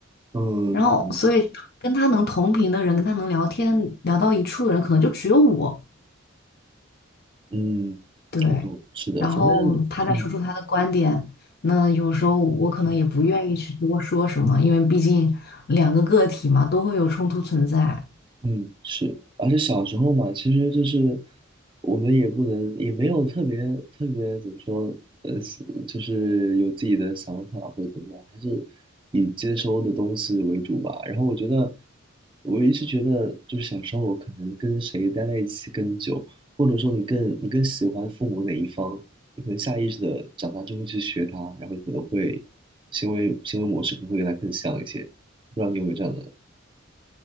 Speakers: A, on the right; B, on the left.
A: 嗯，
B: 然后所以跟他能同频的人，
A: 嗯，
B: 跟他能聊天聊到一处的人，可能就只有我。
A: 嗯我懂，
B: 对，
A: 是的，
B: 然后他再说出他的观点，
A: 反正嗯，
B: 那有时候我可能也不愿意去多说什么，因为毕竟两个个体嘛，都会有冲突存在。
A: 嗯，是，而且小时候嘛，其实就是我们也不能，也没有特别特别怎么说，呃，是就是有自己的想法或者怎么样，还是以接收的东西为主吧。然后我觉得，我一直觉得，就是小时候我可能跟谁待在一起更久，或者说你更你更喜欢父母哪一方，你可能下意识的长大就会去学他，然后你可能会行为行为模式可能会跟他更像一些。不知道你有没有这样的